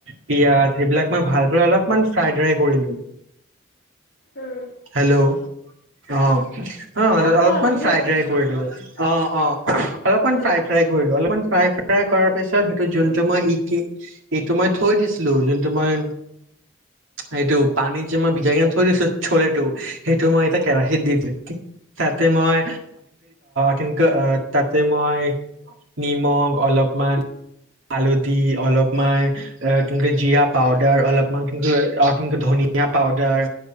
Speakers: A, on the right; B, on the left.
A: পিয়াজ, সেইবিলাক মই ভালক অলপমান ফ্ৰাইড ৰাই কৰিলো,
B: উম
A: হেল্ল', অ অ' অলপমান
B: কোৱা শুনি
A: ফ্ৰাইড
B: আছো
A: ৰাই কৰিলো, অ'-অ', অলপমান
B: উম
A: ফ্ৰাই ফ্ৰাই কৰিলো, অলপমান ফ্ৰাই ফ্ৰাই কৰা পিছত, সেইটো জোন্তু
B: টমেটো
A: মই ই'কি এইটো মই থৈ দিছিলো, যোনটো মই, এইটো পানীত যে মই বিজাই কিনে থৈ দিছিলো চলেটো, সেইটো মই এটা কেৰাহিতত দি দিলো, তাতে মই ক'ক, আহ, তাতে মই নিমখ, অলপমান হালধি, অলপমান কিকে জিৰা পাউদাৰ, অলপমান কি কয় ধনিয়া পাউদাৰ,